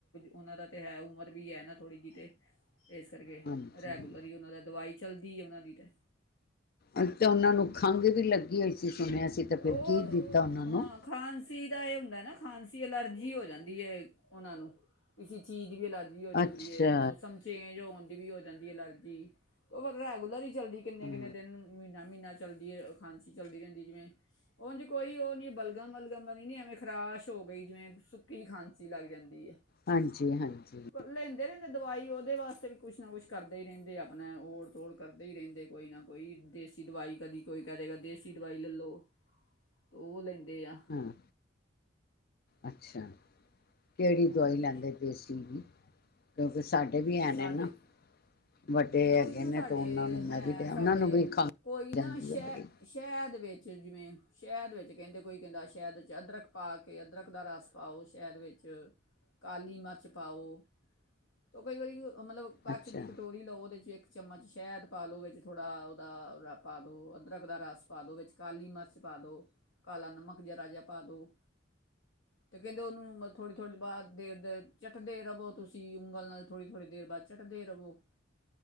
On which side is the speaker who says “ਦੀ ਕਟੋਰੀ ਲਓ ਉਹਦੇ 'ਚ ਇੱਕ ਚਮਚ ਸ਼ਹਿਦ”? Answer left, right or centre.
Left